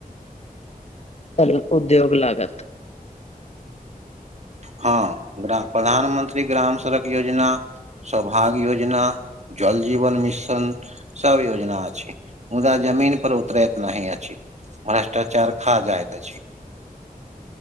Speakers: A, on the left (about 45°); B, on the right (about 50°).
A: आरो उद्योग लागत।
B: हँ ग्राम प्रधानमंत्री ग्राम सड़क योजना। सौभाग्य योजना, जल जीवन मिशन सब योजना अछि। मुदा जमीन पर उतरैत नहि अछि। भ्रष्टाचार खा जाइत अछि।